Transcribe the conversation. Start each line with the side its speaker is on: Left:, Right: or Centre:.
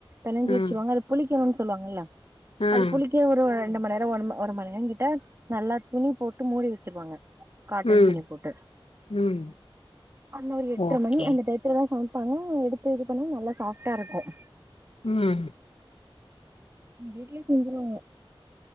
Right: பிணஞ்சு வச்சுருவாங்க
Left: ம்
Right: அது புளிக்கணும்னு சொல்லுவாங்கல்ல
Left: ம்
Right: அது புளி அ ஒரு ரெண்டு மணி நேரம் ஒ ஒரு மணி நேரம் கிட்ட நல்லா துணி போட்டு மூடி வச்சுடுவாங்க காட்டன்
Left: ம்
Right: துணி போட்டு
Left: ம்
Right: அந்த ஒரு எட்டரை
Left: ஓகே
Right: மணி அந்த <unintelligible> சமைப்பாங்க எடுத்து இது பண்ணா நல்லா சாஃப்டா இருக்கும்
Left: உம்
Right: வீட்லயே செஞ்சுருவாங்க